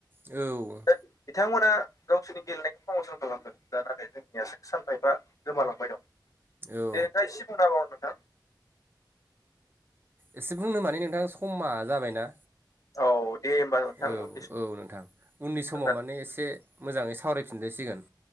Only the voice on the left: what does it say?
दा बिथांमोना गावसोरनि गेलेनायखौ प्रमसन खालामदों दा नाथाय जों जोंनियासो सानफा एफा गोमालांबाय दं
दे दा एसे बुंना होबाव नोंथां।
औ दे होमबा नोंथां
उननि
सम